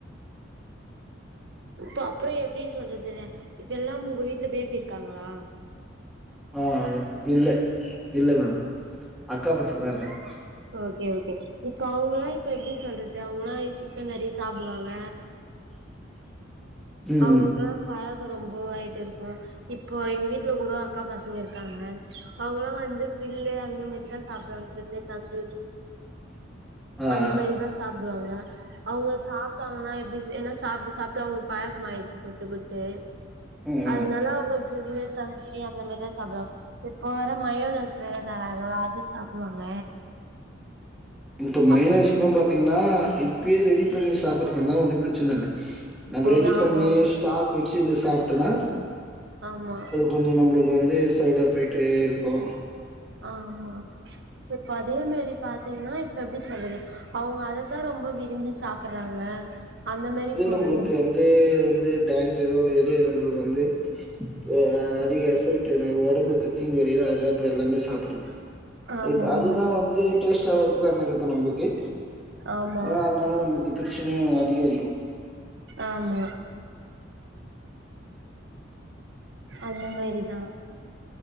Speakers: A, on the right (about 60°); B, in the centre.
A: இப்ப அப்பறம் எப்டி சொல்றது இப்ப எல்லா உங்க வீட்ல பேபி இருக்காங்களா
B: ஆ இல்ல இல்ல மேம் அக்கா பசங்க இருக்காங்க
A: ஓகே ஓகே இப்ப அவங்கல்லா இப்ப எப்டி சொல்றது அவங்கல்லா சிக்கன் நெறைய சாப்டுவாங்க
B: ம்
A: அவுங்களுக்கு
B: ம்
A: பழக்கோ ரொம்ப ஆயிட்டே இருக்கு இப் இப்போ எங்க வீட்ல கூட அக்கா பசங்க இருக்காங்க அவங்களா வந்து கில்லு அந்த மாரிதா சாப்டுவாங்க கில்லு தந்தூரி
B: ஆ
A: அந்த
B: ஆ
A: மாரிதா சாப்டுவாங்க அவுங்க சாப்படாங்கனா எப்டி ஏனா சாப்ட்டு சாப்ட்டு அவுங்களுக்கு பழக்கம் ஆகிடுச்சி குத்து குத்து
B: ம்
A: அதனால
B: ம்
A: அவுங்க கிர்லு தந்தூரியம் இனிமேதா சாப்டுவாங்க இப்ப வர மயோனசு தராங்களா அது சாப்டுவாங்க
B: இப்ப மைனஸ்
A: அப்றோ
B: புல்லா பாத்தீங்னா இப்பயே ரெடி பண்ணி சாப்டுறதுனா ஒன்னு பிரச்சன இல்ல நம்ம
A: ஓ
B: ரெடி
A: ஆமா
B: பண்ணி
A: ஆமா
B: ஸ்டாக் வச்சிருந்து சாப்டனா
A: ஆமா
B: கொஞ்ச நம்ளுக்கு வந்து சைடு எஃபெக்ட் இருக்கு
A: ஆ ஆமா இப்ப அதே மாரி பாத்தீங்கனா இப்ப எப்டி சொல்லுது அவங்க அதத்தா ரொம்ப விரும்பி சாப்றாங்க அந்த மாரி பொருள்லா
B: நம்மளுக்கு வந்து எது வந்து டேஞ்சரோ எது நம்ளுக்கு வந்து அ அதிக எஃப்ட் உடம்புக்கு தீங்கு வைக்குதோ அதுதா இப்ப எல்லாமே சாப்டுறாங்க
A: ஆமா
B: இப்ப அதுதா
A: ஆமா
B: வந்து டேஸ்டா இருக்கிறமாரி இருக்கு நம்ளுக்கு
A: ஆமா
B: அ அதனால நம்ளுக்கு பிரச்சனையு அதிகரிக்கு
A: ஆமா அம்மேரிதா